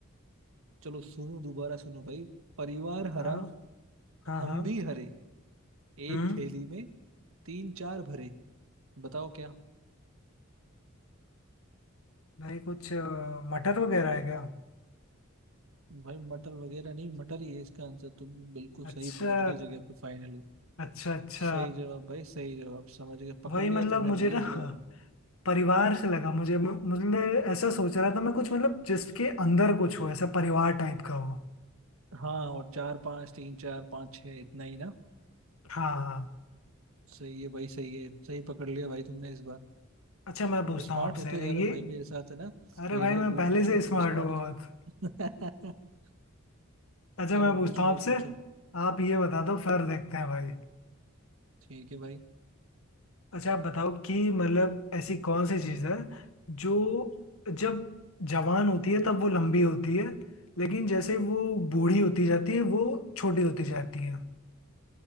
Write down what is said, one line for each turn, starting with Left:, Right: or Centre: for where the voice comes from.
Right: चलो सुनो दोबारा सुनो भाई परिवार हरा
Left: हाँ हाँ
Right: हम
Left: हाँ
Right: भी हरे एक
Left: हम्म
Right: थैली में तीन चार भरे बताओ क्या
Left: भाई कुछ अ, मटर वगैरह है क्या
Right: भाई मटर वगैरह नहीं मटर ही है इसका आंसर तुम बिल्कुल
Left: अच्छा
Right: सही पहुंच गए जगह पे फाइनली
Left: अच्छा अच्छा
Right: सही जवाब भाई सही जवाब समझ गए पकड़
Left: वही
Right: लिया
Left: मतलब
Right: तुमने
Left: मुझे
Right: भैया
Left: ना
Right: इस बार
Left: परिवार से लगा मुझे म- मुझे ऐसा सोच रहा था मैं कुछ मतलब जिसके अंदर कुछ हो ऐसा परिवार टाइप का हो
Right: हाँ और चार पाँच तीन चार पाँच छः इतना ही ना
Left: हाँ हाँ
Right: सही है भाई सही है सही पकड़ लिया भाई तुमने इस बार
Left: अच्छा मैं पूछता
Right: तुम स्मार्ट
Left: हूँ आपसे
Right: होते जा रहे
Left: ये
Right: हो भाई मेरे साथ है ना
Left: अरे
Right: पहेलियां
Left: भाई मैं
Right: बूझ
Left: पहले
Right: बूझ
Left: से
Right: के तुम
Left: स्मार्ट
Right: स्मार्ट
Left: हूँ बहुत
Right: हो <laughs>
Left: अच्छा
Right: चलो
Left: मैं पूछता
Right: पूछो
Left: हूँ
Right: भाई
Left: आपसे
Right: पूछो
Left: आप ये बता दो फिर देखते हैं भाई
Right: ठीक है भाई
Left: अच्छा आप बताओ कि मतलब ऐसी कौन सी चीज़ है जो जब जवान होती है तब वो लंबी होती है लेकिन जैसे वो बूढ़ी होती जाती है वो छोटी होती जाती है